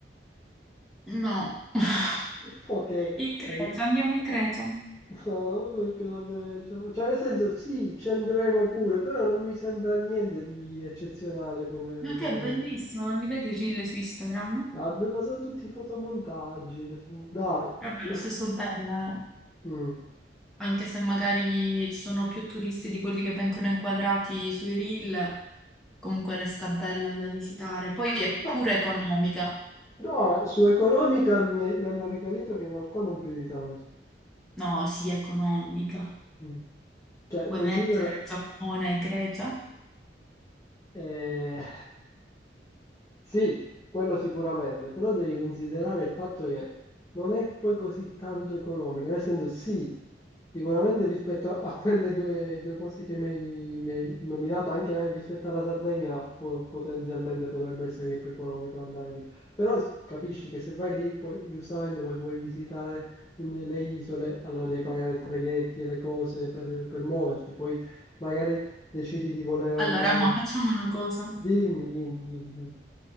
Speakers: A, in the centre; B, on the left.
A: No. <laughs>
B: <laughs> Ok,
A: In Grecia,
B: hai in-
A: andiamo in Grecia. Ma
B: <laughs> no, perché la violenza? Cioè, nel senso, sì, ci andremo pure, però non mi sembra niente di eccezionale come...
A: che
B: come...
A: è bellissimo,
B: come-
A: non li vedi i reel su Instagram?
B: Vabbè, ma sono tutti fotomontaggi. adesso- Dai.
A: Vabbè, lo
B: <clears throat>
A: stesso bella,
B: Mm.
A: anche se magari ci sono più turisti di quelli che vengono inquadrati sui reel, comunque resta bella da visitare. Poi è pure
B: No,
A: economica.
B: ora su economica mi, mi hanno riferito che in realtà non più di tanto.
A: No, sì, è economica.
B: Mm. Cioè,
A: Vuoi
B: considera,
A: mettere Giappone e Grecia?
B: eh, sì, quello sicuramente, però devi considerare il fatto che non è poi così tanto economico, nel senso sì, sicuramente rispetto a quelle due, due posti che mi hai, mi hai nominato, anche rispetto alla Sardegna, po- potenzialmente potrebbe essere anche più economico andare lì, però capisci che se vai lì, poi giustamente vuoi, vuoi visitare un- le isole, allora devi pagare i traghetti e le cose per per muoverti, poi magari decidi di voler andare.
A: Allora, ma facciamo una cosa.
B: Dimmi, dimmi, dimmi.